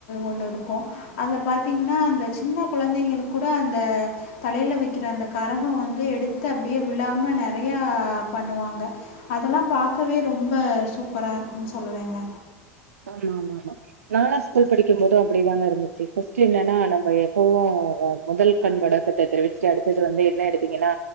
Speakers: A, on the left (about 60°); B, on the right (about 80°).
A: ஒன்னு இருக்கும் அதுல பாத்தீங்கன்னா அந்த சின்ன குழந்தைங்க கூட அந்த தலயில வைக்கிற அந்த கரகம் வந்து எடுத்து அப்டியே விழாம நெறையா பண்ணுவாங்க அதெல்லா பாக்கவே ரொம்ப சூப்பராக இருக்கும் சார் சொல்லுவேங்க
B: ஆமா ஆ நாலா ஸ்கூல் படிக்கும் போதும் அப்டிதான் இருந்துச்சு பஸ்ட் என்னன்னா நம்ம எப்பவும் முதல் கண் வணக்கத்த தெரிவிச்சுட்டு அடுத்தது வந்து என்ன எடுத்தீங்கன்னா